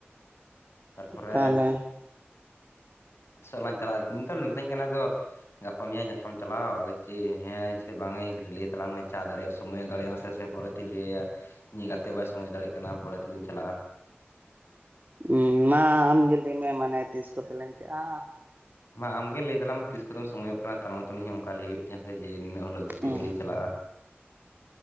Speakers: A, on the left (about 75°); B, on the right (about 40°).
A: ᱛᱟᱨᱯᱚᱨᱮ᱾
B: ᱛᱟᱦᱚᱞᱮ
A: ᱥᱮ ᱞᱟᱝ ᱪᱟᱞᱟᱜᱼᱟ ᱤᱧ ᱫᱚ ᱢᱤᱛᱟᱹᱧ ᱠᱟᱱᱟᱭ ᱠᱚ ᱜᱟᱯᱟ ᱢᱮᱭᱟᱝ ᱧᱟᱯᱟᱢ ᱪᱟᱞᱟᱣ ᱟᱫᱚ ᱪᱮᱫ ᱦᱮᱸ ᱥᱮ ᱵᱟᱝᱟᱹᱧ ᱠᱟᱹᱴᱤᱡ ᱞᱟᱹᱭ ᱛᱟᱞᱟᱝ ᱢᱮ ᱪᱟ ᱫᱟᱲᱮ-ᱟᱢ ᱥᱚᱢᱚᱭᱮ ᱫᱟᱲᱮᱭᱟᱜ-ᱟᱢ ᱥᱮ ᱯᱚᱨᱮ ᱛᱤᱧ ᱞᱟᱹᱭᱟ ᱭᱟ ᱤᱧ ᱜᱟᱛᱮ ᱵᱟᱭ ᱥᱚᱢᱳᱚᱭ ᱫᱟᱲᱮᱭᱟᱜ ᱠᱟᱱᱟ ᱯᱚᱨᱮ ᱛᱮᱞᱤᱧ ᱪᱟᱞᱟᱜ-ᱟ᱾
B: ᱦᱚᱸ ᱢᱟ ᱟᱢ ᱜᱮ ᱞᱟᱹᱭ ᱢᱮ ᱢᱟᱱᱮ ᱛᱤᱥ ᱠᱚᱛᱮ ᱞᱟᱝ ᱪᱟᱜᱼᱟ?
A: ᱢᱟ ᱟᱢ ᱜᱮ ᱞᱟᱹᱭ ᱛᱟᱞᱟᱝ ᱢᱮ ᱛᱤᱥ ᱠᱚᱛᱮᱢ ᱥᱚᱢᱳᱭᱚᱜ ᱠᱟᱱᱟ ᱛᱟᱨ ᱢᱚᱛᱚᱱ ᱤᱧ ᱦᱚᱸ ᱚᱱᱠᱟ ᱞᱟᱹᱭ ᱦᱩᱭᱩᱜ ᱛᱤᱧᱟᱹ ᱥᱮ ᱡᱮ ᱱᱤᱱᱟᱹ ᱦᱤᱞᱳ ᱫᱚ ᱥᱤᱭᱳᱨ
B: ᱦᱩᱸ
A: ᱞᱤᱧ ᱪᱟᱞᱟᱜᱼᱟ᱾